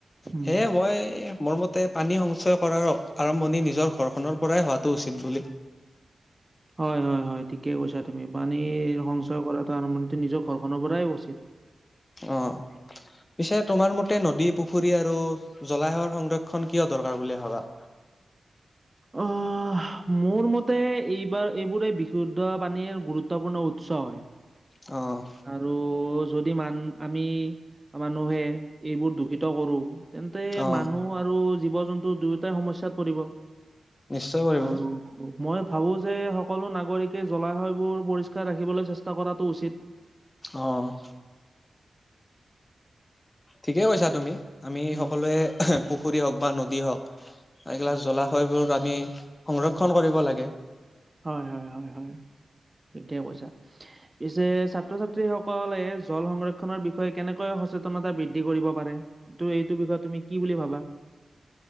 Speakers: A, on the right; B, on the left.
A: উম।
B: সেয়ে, মই মোৰ মত তে পানী সঞ্চয় কৰাৰ আৰম্ভণি নিজৰ ঘৰখনৰ পৰাই হোৱাটো উচিত বুলি
A: হয়, হয়, হয়, ঠিকেই কৈছা তুমি। পানীৰ সঞ্চয় কৰাটো আৰম্ভণিতে নিজৰ ঘৰখনৰ পৰাই উচিত।
B: অ', পিছে তোমাৰ মতে তে নদী, পুখুৰী আৰু জলাশয়ৰ সংৰক্ষণ কিয় দৰকাৰ বুলি ভাবা?
A: অ' মোৰ মতে এইবাৰ এইবোৰে বিশুদ্ধ পানীৰ গুৰুত্বপূৰ্ণ উৎস হয়।
B: অ'
A: আৰু যদি মান আমি মানুহে এইবোৰ দূষিত কৰোঁ। তেন্তে
B: অ',
A: মানুহ আৰু জীৱ জন্তু দুয়োটাই সমস্যয়াত পৰিব।
B: নিশ্চয় কৰিব
A: আৰু মই ভাবোঁ যে সকলো নাগৰিকে জলাশয়বোৰ পৰিষ্কাৰ ৰাখিবলৈ চেষ্টা কৰাটো উচিত।
B: অ' ঠিকেই কৈছা তুমি, আমি
A: উম,
B: সকলোৱে পুখুৰী হওঁক বা নদী হওঁক। এইগিলা জলাশয়বোৰ আমি সংৰক্ষণ কৰিব লাগে।
A: হয় হয় হয় হয় ঠিকে কৈইছা। পিছে ছাত্ৰ ছাত্ৰী সকলে জল সংৰক্ষনৰৰ বিষয়ে কেনেকৈ সচেতনতা বৃদ্ধি কৰিব পাৰে। তুমি এইটো বিষয়ে তুমি কি বুলি ভাবা।